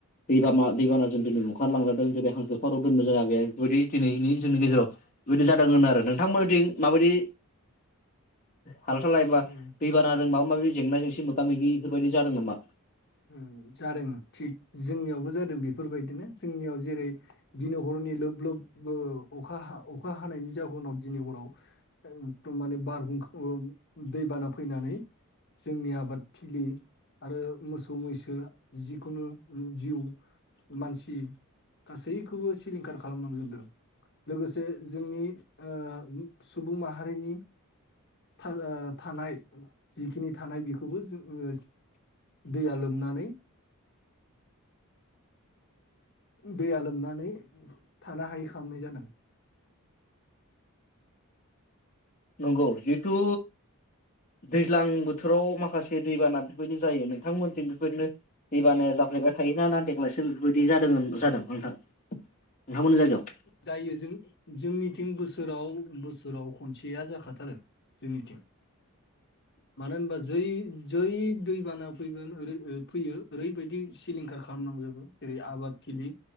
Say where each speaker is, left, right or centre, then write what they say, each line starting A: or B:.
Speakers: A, on the left; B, on the left.
A: दैबाना दैबानाजों दिनै बुंखारलांजादों ।दिनै हांसो, फाराव दोननो जागा गैया बेफोरबायदि दिनैनि जोंनि गेजेराव बेबायदि जादों होनो आरो नोंथांमोननिथिं माबायदि हाल साला एबा
B: उम
A: दैबानादों माबा माबि जेंना जेंसि मोगा मोगि इफोरबायदि जादों नामा?
B: उम जादों थिग जोंनियावबो जा दों बेफोरबायदिनो। जोंनियाव जेरै दिन हरनि लोब लोब ओ अखा हा अखा हानायनि जाहुनाव दिनै हराव एकदम माने बारहुंखा दैबाना फैनानै जोंनि आबादथिलि आरो मोस मैसो जिखुनु उम जिउ मानसि गासैखौबो सिलिंखार खालामलांजोबदों। लोगोसे जोंनि ओ सुबुं माहारिनि था ओ थानाय जिखिनि थानाय बेखौबो जो <unintelligible> दैया लोमनानै दैया लोमनानै थानो हायि खामनाय जादों।
A: नंगौ जिहेथु दैज्लां बोथोराव माखासे दैबाना बेफोरबायदि जायो। नोंथांमोनथिं बेफोरबायदिनो दैबानाया जाफ्लेबाय थायो ना देग्लायसो बेफोरबायदि जादों जादों नोंथां? नोंथांमोननि जायगायाव
B: जायो। जों-जोंनिथिं बोसोराव बोसोराव खनसेया जाखा थारो जोंनिथिं। मानो होनबा जै जै दै बाना फैगोन ओरै फैयो ओरैबायदि सिलिंखार खालामलांजोबो। जेरै आबादथिलि